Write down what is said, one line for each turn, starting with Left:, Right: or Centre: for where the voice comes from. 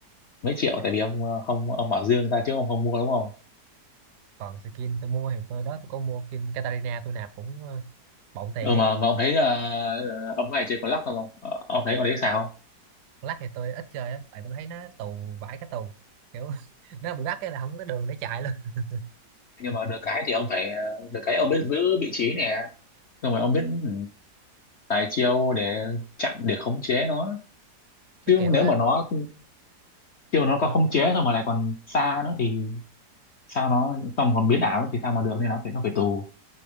Left: mấy triệu tại vì ông ờ, không ông bảo dương ra chứ ông không mua đúng không
Right: còn skin tôi mua thì tôi đó tôi có mua skin Katarina tôi nạp cũng ờ, bộn tiền
Left: ừ
Right: ấy
Left: mà mà ông thấy ờ, ờ, ông này chơi có lắc không Ờ, ông thấy con đấy sao
Right: lắc thì tôi ít chơi á tại tôi thấy nó tù vãi cái tù kiểu <laughs> nó bị bắt cái là không có đường để chạy luôn <laughs>
Left: nhưng mà được cái thì ông phải ờ, được cái ông biết giữ vị trí nè xong rồi ông biết ừ, tài chiêu để chặn để khống chế nó
Right: nó
Left: chứ
Right: kiểu
Left: nếu
Right: á
Left: mà nó chiêu nó
Right: nó,
Left: có khống chế xong mà lại còn xa nữa thì sao nó xong còn biến ảo nữa thì sao mà được nên nó phải nó phải tù